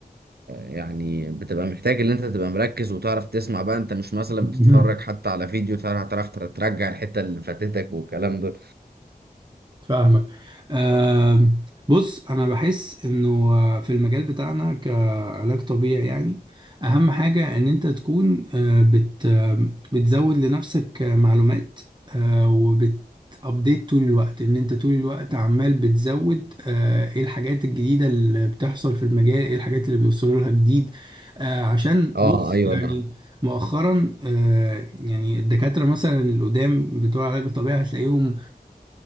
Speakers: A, on the right; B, on the right.
A: يعني بتبقى محتاج ان انت تبقى مركز وتعرف تسمع بقى انت مش مثلا
B: <laughs>
A: بتتفرج حتى على فيديو تعرف تعرف ترجع الحتة اللي فاتتك والكلام ده
B: فاهمك آم، بص انا بحس انه آه، في المجال بتاعنا كعلاج طبيعي يعني اهم حاجة ان انت تكون آه، بت آم، بتزود لنفسك آه، معلومات آه، وبت ابديت طول الوقت ان انت طول الوقت عمال بتزود آه، ايه الحاجات الجديدة اللي بتحصل في المجال ايه الحاجات اللي بيوصلوا لها جديد آه، عشان
A: اه
B: بص
A: ايوه
B: يعني
A: انا
B: مؤخرا آه، يعني الدكاترة مثلا القدام بتوع علاج الطبيعي هتلاقيهم